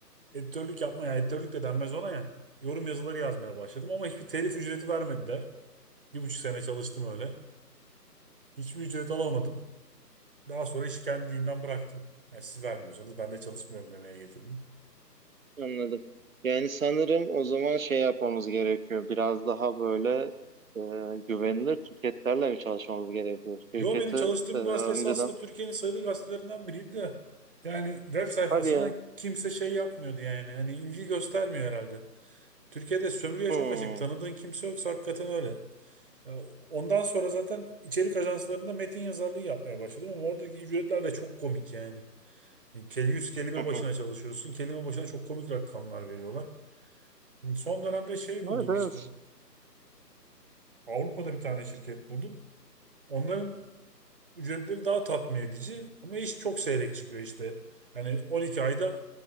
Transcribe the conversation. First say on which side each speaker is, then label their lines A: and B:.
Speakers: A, on the right; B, on the right.
A: editörlük yapmaya, yani editörlük de denmez ona ya. Yorum yazıları yazmaya başladım ama hiçbir telif ücreti vermediler. Bir buçuk sene çalıştım öyle. Hiçbir ücret alamadım. Daha sonra işi kendiliğinden bıraktım. Yani siz vermiyorsanız ben de çalışmıyorum demeye getirdim.
B: Anladım. Yani sanırım o zaman şey yapmamız gerekiyor. Biraz daha böyle e, güvenilir şirketlerle mi çalışmamız gerekiyor? Şirketi
A: Yo benim çalıştığım
B: e,
A: gazete esasında
B: önceden
A: Türkiye'nin sayılı gazetelerinden biriydi de. Yani web sayfasına
B: Hadi ya.
A: kimse şey yapmıyordu yani. Hani ilgi göstermiyor herhalde. Türkiye'de sömürüye
B: Hmm.
A: çok açık. Tanıdığın kimse yoksa hakikaten öyle. Ya ondan sonra zaten içerik ajanslarında metin yazarlığı yapmaya başladım ama oradaki ücretler de çok komik yani. Kel- yüz kelime
B: <laughs>
A: başına çalışıyorsun. Kelime başına çok komik rakamlar veriyorlar. Son dönemde şey
B: Evet
A: buldum
B: evet.
A: işte. Avrupa'da bir tane şirket buldum. Onların ücretleri daha tatmin edici ama iş çok seyrek çıkıyor işte. Hani 12 ayda